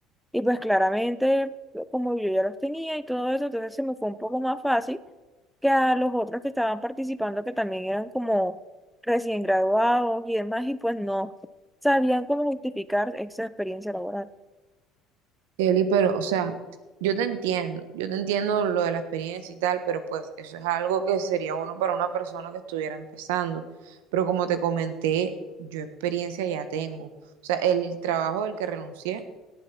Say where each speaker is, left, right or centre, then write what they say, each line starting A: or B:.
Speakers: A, in the centre; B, on the right (about 80°).
A: Y pues claramente, como yo ya los tenía y todo eso, entonces se me fue un poco más fácil que a los otros que estaban participando, que también eran como recién graduados y demás, y pues no sabían cómo justificar esa experiencia laboral.
B: Kelly, pero, o sea, yo te entiendo, yo te entiendo lo de la experiencia y tal, pero pues eso es algo que sería bueno para una persona que estuviera empezando. Pero como te comenté, yo experiencia ya tengo. O sea, el trabajo del que renuncié